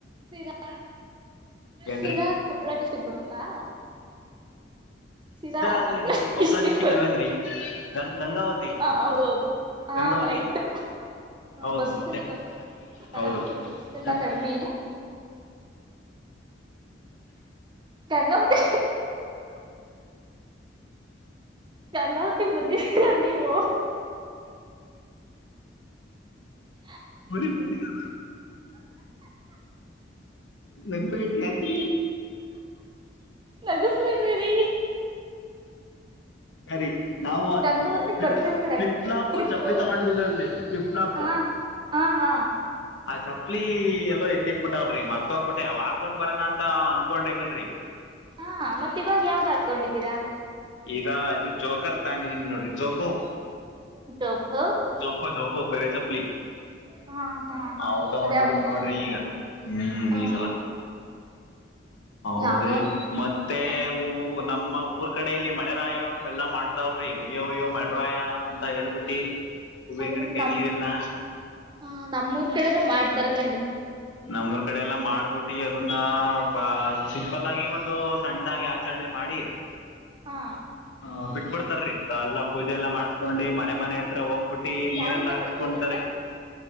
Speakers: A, on the right; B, on the left.
A: ಸಿರಾ
B: ಹೇಳ್ರಿ
A: ಸಿರ. ಕೊಪ್ಪಳ ಡಿಸ್ಟ್ರಿಕ್ ಬರಪ್ಪಾ ಶರಾ
B: ಸೀದಾ ಅಲ್ರಿ
A: ಕೊಪ್ಪಳ
B: ನಿಮ್ದು
A: ಡಿಸ್ಟ್ರಿಕ್
B: ಡಿಸ್ಟಿಕ್
A: ಬರು.
B: ಅಲ್ವೇನ್ರಿ ಗಂಗಾವತಿ
A: ಹ ಹೌದೌದು ಹಾಾಗಿತ್ತು.
B: ಗಂಗಾವತಿ
A: ಹ
B: ಹೌದು
A: ಬಸ್
B: ಮತ್ತೆ
A: ಎಲ್ಲ ಬ ಪರವತಿ
B: ಹೌದು
A: ಬಸ್ ಎಲ್ಲ
B: ಮತ್ತ
A: ಕಡಿಮೆ. ಕನ್ನ <inaudible> ಹೊತ. ಗನ್ಗಾವತಿ ಬಂದಿರ್ೀರ ನೀವು. ಹಾ-
B: <inaudible> ನನ್ಬೇಡ್ರಿ ಯತ್ರಿ.
A: ನಗಿಸ್ಬೇಡ್ರಿರಿ.
B: ಸರಿ ನಾವು ಅದು
A: ಗಂಗಾವತಿಗ್
B: ಫ್ಲಿಪ್
A: ಬರ್ತಿರ್ತೀರ
B: ಫ್ಲಿಪ್ಲಾಪ್
A: ಟ್ರಿಪ್ಪು
B: ಚಪ್ಪಲಿ ತಗೊಂಡ್ ಬಲ್ದಲ್ರಿ ಫ್ಲಿಪ್ಲಾಪ್.
A: ಹಾ ಹಾ ಹಾ-
B: ಆ ಚಪ್ಲಿ ಎಲ್ಲೋ ಎತ್ತಿಟ್ಬಿಟ್ಟಾವ್ರೀ ಮರ್ಕೋಗ್ಬಿಟ್ಟೆ ಅವ ಹಾಕೊಂಡ್ ಬರಾನ ಅಂತ ಅನ್ಕೊಂಡ್ರ ಕನ್್ರಿ.
A: ಹಾ ಮತ್ತತ್ ಇವಾಗ ಯಾವ್ದ್ ಹಾಕೊಂಡಿದ್ದೀರಾ.
B: ಈಗ ಇದು ಜೋಕರ್ ತಗಂಡೊಂಡಿದೀಿ ನೋಡ್ರಿ ಜೋಕೋ.
A: ಚೊಕ.
B: ದು ಹೋಗೋ ಗರೆ ಚಪ್ಲಿ
A: ಹಾ ಹಾ
B: ನಾವು ತಗೊಂಡಿದೀನಿ
A: ಅದ್ಯಾವ
B: ನೋಡಿ. ರಿ ಈಗ ಹ್ಮ್
A: ಹ
B: ಈ ಸಲ. ಹೌದ್ರಿ
A: ಯಾವ್ದೋ ಒಂದ
B: ಮತ್ತೆ
A: ಯ
B: ನಮ್ಮ ಊರ್. ಈ ಕಡಲಿ ಮಳೆರಾಯ ಎಲ್ಲಾ ಮಾಡ್ತಾವ್ರಿ ಉಯ್ಯೋ ಅಯ್ಯೋ ಮಳೆರಾಯ ಅಂತ ಹೇಳ್ಬಿಟ್ಟಿ. ಹೂಂಗಡಕ್ಕೆ
A: ಅವ್ರು ನಮ್
B: ನೀರು ಎಲ್ಲಾ.
A: ಹ ನಮ್ಮೂರ್ ಕಡೆನೂ ಮಾಡ್ತಾರ
B: ಹ
A: ಕಣ್ರಿ
B: ನಮ್ಮೂ್ರ ಕಡೆ ಎಲ್ಲ ಮಾಡ್ಬಿಟ್ಟು. ಟ್ಟಿ ಅದನ್ನ ಬ ಸಿಂಪಲ್ ಆಗಿ ಒಂದು ಸಣ್ಣದಾಗಿ ಆಚರಣೆ ಮಾಡಿ.
A: ಹಾ
B: ಹ ಬಿಟ್ಕೊಡ್ತಾರಿ ಎಲ್ಲಾ ಪೂಜೆ ಎಲ್ಲ ಮಾಡ್ಸ್ಕೊಂಡು ಮನೆ ಮನೆ. ಹತ್ರ ಹೋಗ್ಬಿಟ್ಟಿ ನೀರೆಲ್ಲ
A: ಯಾರಿದಾರ
B: ಹಾಕ್ಸ್ಕೊತಾರೆ
A: ಬಟ್ಟೆ ಹೋಗಿ ಹತ್ರ